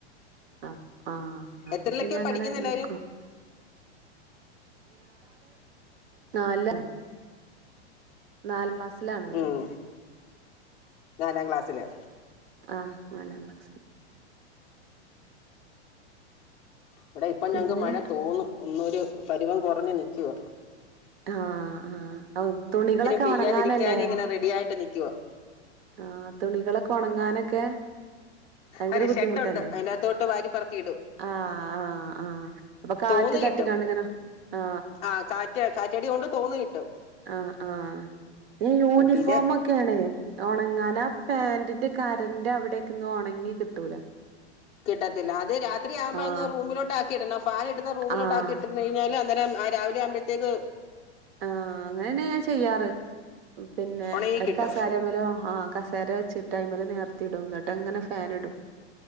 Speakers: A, on the right; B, on the left.
A: അ ആ അപ്പൊ
B: എത്രയിലൊക്കെയാ
A: പിന്നെ അങ്ങനെ
B: പഠിക്കുന്നെ എല്ലാരും
A: നിക്കോ നാലിലണ് നാല ക്ലാസ് ലാണ് വലുത്
B: ഉം നാലാം ക്ലാസ്സില്
A: ആ നാലാം ക്ലാസ്സില്
B: ഇവിടെ ഇപ്പ
A: പിന്നെ
B: ഞങ്ങക്ക് മഴ തോന്നു ഒന്നൂരു പരുവം കുറഞ് നിൽക്കുവ
A: ആ ആ തുണികളൊക്കെ
B: പെയ്യാതിരിക്കാനും
A: ഉണങ്ങാനല്ലേ
B: ഇങ്ങനെ റെഡി ആയിട്ട് നിക്കുവാ
A: ആ തുണികളൊക്കെ ഉണങ്ങാനൊ ക്കെ ഭയങ്കര
B: അതെ
A: ബുദ്ധിമുട്ടല്ലേ
B: ഷെഡുണ്ട് അതിനകത്തോട്ട് വാരിപ്പറക്കിയിടും
A: ആ ആ. ആ അപ്പൊ കാറ്റ്
B: തോന്ന് കിട്ടും
A: തട്ടിക്കാണ്ടിങ്ങനെ ആ
B: ആ കാറ്റ് കാറ്റടി കൊണ്ട് തോന്ന് കിട്ടും
A: ആ ആ യൂണിഫോമക്കെയണ്
B: പിന്നെ
A: ഉണങ്ങാന പാൻറ് ന്റെ കരന്റെ അവിടൊക്കന്ന് ഉണങ്ങി കിട്ടൂല
B: കിട്ടത്തില്ല അത് രാത്രി ആവ്പോ
A: ആഹ്
B: അങ് റൂമിലോട്ട്ആക്കി ഇടണം ഫാൻ ഇടുന്ന റൂമിലോട്ടാക്കക്കിട്ടു
A: ആഹ്
B: കഴിഞ്ഞാ അന്നേരം ആ രാവിലെ ആവുമ്പഴത്തേക്ക്
A: ആഹ അങ്ങനെന്നെ ഞാൻ ചെയ്യാറ് പിന്നെ
B: ഉണങ്ങി
A: ഒരു
B: കിട്ടും
A: കസേരമ്മലോ ആഹ കസേര ചിട്ടായ്മല നേർത്തി ഇടും എന്നിട്ട് അങ്ങനെ ഫാൻ ഇടും